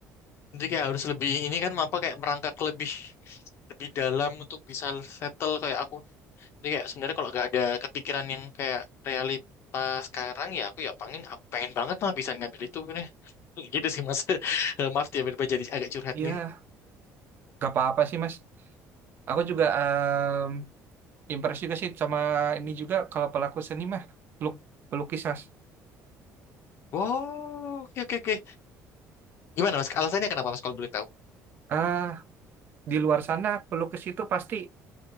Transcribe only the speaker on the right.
Ya,
gak apa-apa sih Mas. Aku juga em, impress juga sih sama ini juga kalau pelaku seni mah peluk- pelukis Mas.
Ah, di luar sana pelukis itu pasti